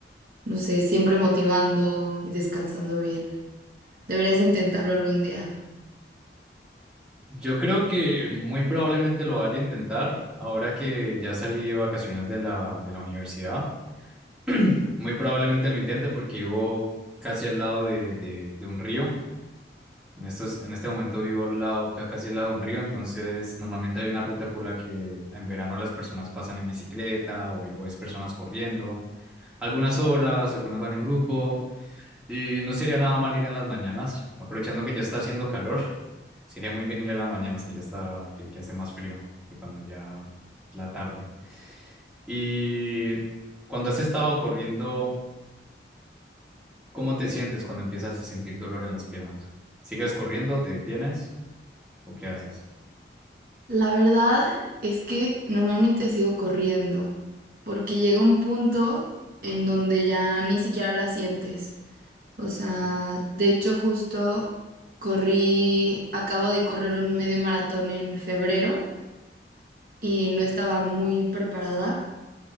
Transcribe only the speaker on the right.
no sé, siempre motivando y descansando bien. Deberías de intentarlo algún día.
La verdad es que normalmente sigo corriendo, porque llega un punto en donde ya ni siquiera la sientes. O sea, de hecho justo corrí, acabo de correr un medio maratón en febrero y no estaba muy preparada.